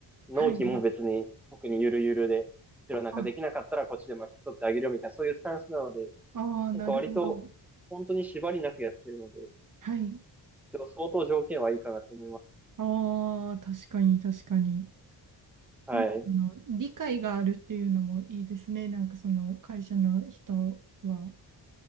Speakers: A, in the centre; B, on the right.
A: 納期も別に特にゆるゆるで、
B: はい。
A: でもなんかできなかったらこっちで巻き取ってあげるよみたいな、
B: あ、
A: そういうスタンスなので、
B: ああ、なるほど。
A: なんか割と、本当に縛りなくやってるので、
B: はい。
A: でも相当条件はいいかなと思います。
B: ああ、確かに確かに。
A: はい。
B: なんかその理解があるっていうのもいいですね。なんかその会社の人は。